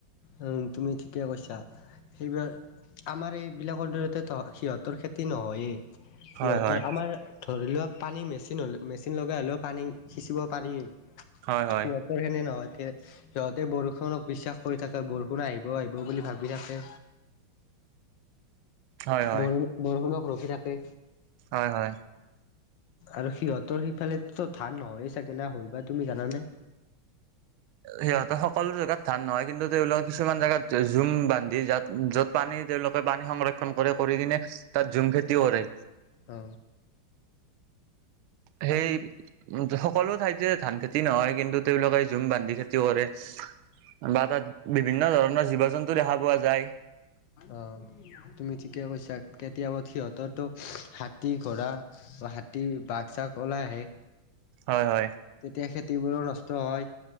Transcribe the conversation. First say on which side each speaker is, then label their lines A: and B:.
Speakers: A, on the left (about 70°); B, on the right (about 80°).
A: উম তুমি ঠিকে কৈছা সেইবিলাক, আমাৰ এইবিলাকৰ দৰে সিহঁতৰ খেতি নহয়েই সিহঁতৰ
B: হয় হয়
A: আমাৰ ধৰি লোৱা পানী মেচিন হ'লে মেচিন লগাই হ'লেও পানী সিঁচিব পাৰি
B: হয় হয়।
A: সিহঁতৰ নহয়। সিহঁতে বৰষুণক বিশ্বাস কৰি থাকে তাত বৰষুণ আহিব আহিব বুলি ভাবি থাকে।
B: হয় হয়
A: বৰ-বৰষুণক ৰখি থাকে।
B: হয় হয়।
A: আৰু সিহঁতৰ সিফালেতো ধান নহয়ে চাগে না হয়বা তুমি জানে?
B: সিহঁতৰ সকলো জেগাত ধান নহয়, কিন্তু তেওঁলোকে কিছুমান জেগাত ঝুম বান্ধি জা য'ত পানী তেওঁলোকে পানী সংৰক্ষণ কৰে কৰি কিনে তাত ঝুম খেতি কৰে।
A: অ।
B: সেই উম সকলো ঠাইতে ধান খেতি নহয় কিন্তু তেওঁলোকে ঝুম বান্ধি খেতি কৰে। বা তাত বিভিন্ন ধৰণৰ জীৱ জন্তু দেখা পোৱা যায়।
A: অ তুমি ঠিকে কৈছা কেতিয়াবা সিহঁতৰতো হাতী, ঘোঁৰা হাতী, বাঘ-চাঘ ওলাই আহে
B: হয় হয়।
A: তেতিয়া খেতিবোৰো নষ্ট হয়।